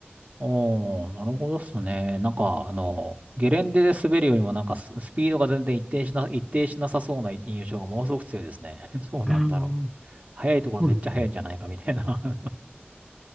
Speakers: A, on the right (about 35°); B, in the centre.
A: おー、なるほどっすね。なんか、あの、ゲレンデで滑るよりも、なんかス、スピードが全然一定しな、一定しなさそうな印象がものすごく強いですね。<laughs> どうなんだろう。
B: ああ、
A: 速いところめっちゃ速いんじゃないかみたいな。
B: そうですね。